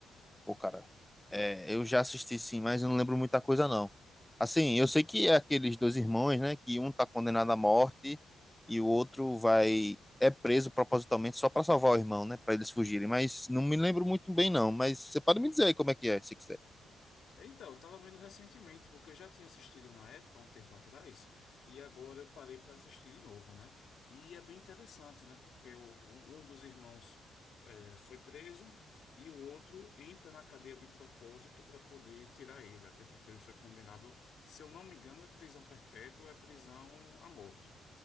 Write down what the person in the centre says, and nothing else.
Pô, cara, é, eu já assisti sim, mas eu não lembro muita coisa não. Assim, eu sei que é aqueles dois irmãos, né, que um tá condenado à morte e o outro vai é preso propositalmente só pra salvar o irmão, né, Pra eles fugirem, mas não me lembro muito bem não, mas você pode me dizer aí como é que é, se quiser.